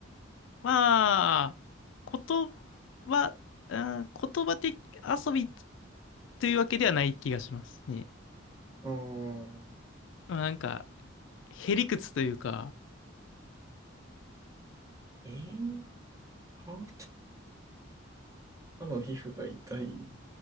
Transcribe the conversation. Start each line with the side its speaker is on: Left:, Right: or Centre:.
Left: まあ、言葉、うん、言葉的遊びというわけではない気がしますね。
Right: うん。
Left: まあ、なんか、へりくつというか、
Right: えー、歯、歯の皮膚が痛い。